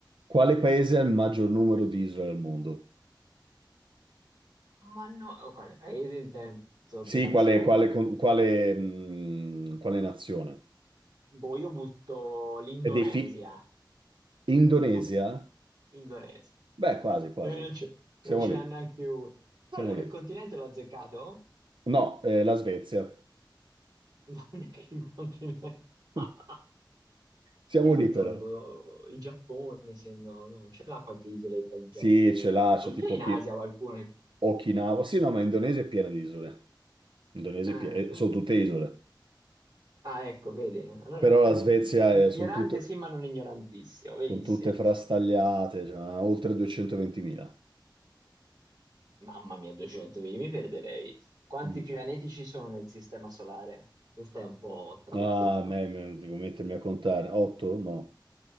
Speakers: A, on the right; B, on the right.
A: Quale paese ha il maggior numero di isole al mondo?
B: Ma no, oh, quale paese in senso
A: Sì,
B: di nazione?
A: quale, quale con- quale, mh, quale nazione?
B: Boh, io butto l'Indonesia.
A: E dei fi- Indonesia?
B: <laughs> Indonesia.
A: Beh, quasi, quasi.
B: Magari non ce non
A: Siamo
B: ce
A: lì,
B: n'ha neanche uno. Però
A: siamo
B: le-
A: lì.
B: il continente l'ha azzeccato?
A: No, eh, la Svezia.
B: Non <laughs> neanche il continente.
A: <laughs>
B: <laughs>
A: Siamo
B: Io
A: lì
B: pensavo
A: però.
B: tipo oh, il Giappone, se no, no, ce l'ha qualche isoletta il
A: Sì,
B: Giappone.
A: ce l'ha, c'è
B: O
A: tipo
B: c'è in
A: Oki-
B: Asia qualcuno che...
A: Okinawa. Sì,
B: Mm.
A: no, ma Indonesia è piena di isole. Indonesia,
B: Ah,
A: è pie-
B: ah.
A: eh, sono tutte isole,
B: Ah, ecco, vedi? Allora,
A: però
B: eh,
A: la Svezia è-
B: ignorante
A: sono tutte,
B: sì, ma non ignorantissimo, benissimo.
A: son tutte frastagliate, cioè, ha oltre 220.000.
B: Mamma mia, 200, io mi perderei. Quanti
A: Mm.
B: pianeti ci sono nel sistema solare? Questo è un po' trabocchetto.
A: Ah, a me, me- devo mettermi a contare. 8? No.